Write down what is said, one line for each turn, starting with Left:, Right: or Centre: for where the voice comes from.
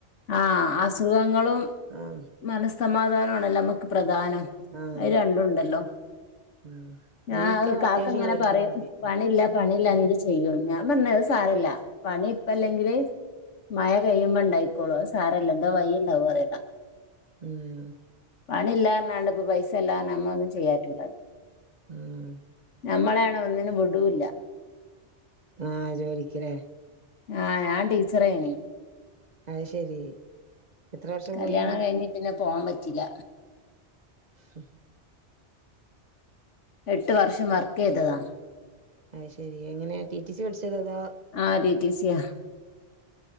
Left: ആഹ് അസുഖങ്ങളും
Right: ആഹ്
Left: മനസ്സമാധാനമാണല്ലോ നമുക്ക് പ്രധാനം
Right: ആഹ്
Left: അത് രണ്ടും ഉണ്ടല്ലോ
Right: ഉം
Left: ഞാൻ
Right: ജീവിക്കാൻ
Left: കാക്ക
Right: അത്യാവശ്യള്ള
Left: ഇങ്ങനെ
Right: വരുമാനം
Left: പറയും
Right: മതി
Left: പണില്ല പണി ഇല്ല എന്ത് ചെയ്യും ഞാൻ പറഞ്ഞത് സാറില്ല പണി ഇപ്പ അല്ലെങ്കില് മഴ കഴിയുമ്പോ ഉണ്ടായിക്കോളു സാരല്ലാ എന്താ വയ്യ ഉണ്ടാവും <unintelligible>
Right: ഉം
Left: പണില്ലല്ലാരാണ്ട് ഇപ്പ പൈസ ഇല്ലാര നമ്മ ഒന്നും ചെയ്യാറ്റില്ലല്ലോ
Right: ഉം
Left: നമ്മളെയാണെ ഒന്നിനും വിടൂല്ല
Right: ആഹ് ജോലിക്ക ല്ലേ
Left: ആഹ് ഞാൻ ടീച്ചറയിനി
Right: അത് ശരി എത്ര വർഷം
Left: കല്യാണം
Right: പോയിന്
Left: കഴിഞ്ഞ് പിന്നെ പോവാൻ പറ്റില്ല
Right: <inaudible>
Left: എട്ട് വർഷം വർക്ക് ചെയ്തതാണ്
Right: അത് ശെരി എങ്ങനെ ടി ടി സി പഠിച്ചത് അതോ
Left: ആഹ് ടി. ടി. സിയാ